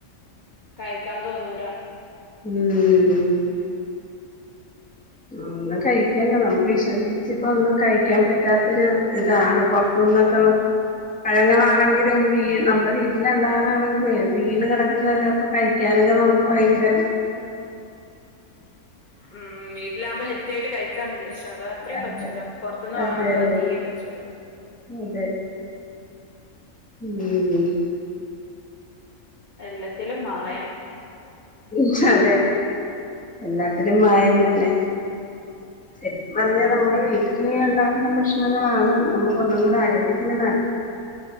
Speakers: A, on the left (about 35°); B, in the centre.
A: കഴിക്കാൻ തോന്നൂല
B: ഉം ഒന്നും കഴിക്കണ്ട നമുക്ക് വിശ്വസിച്ച് ഇപ്പൊ ഒന്നും കഴിക്കാൻ പറ്റാത്തൊരു ഇതാണ് പൊറ- ഒന്നൊക്കവ <unintelligible> പഴങ്ങളാണെങ്കിലും വീണ് നമ്മ്ടെ വീട്ടില് ഇണ്ടാകാണാതാണെങ്കിലുവെ വീണ് കെടക്ക്ന്നതായിപ്പം കഴിക്കാന്- ഇത് നമുക്ക് ഭയങ്കര-
A: ഉം വീട്ടിലാവുമ്പ ഹെൽത്തി ആയിട്ട് കഴിക്കാന്ന് വിചാരിച്ചു അത് അത്രെ
B: അതെ
A: പറ്റൂല പൊറത്ത്ന്ന്
B: അതെ
A: വാങ്ങ്ണത്
B: അതെ
A: അത് തീരെയും പറ്റൂല
B: അതെ ഉം
A: എല്ലാത്തിലും മായം
B: അതെ അതെ എല്ലാത്തിലും മായം തന്നെ ശരികും പറഞ്ഞാ നമ്മള് വീട്ടില് ഇണ്ടാക്ക്ന്ന ഭക്ഷ്ണങ്ങളാണ് നമുക്ക് ഒന്നും കൂടെ ആരോഗ്യത്തിന് നല്ല -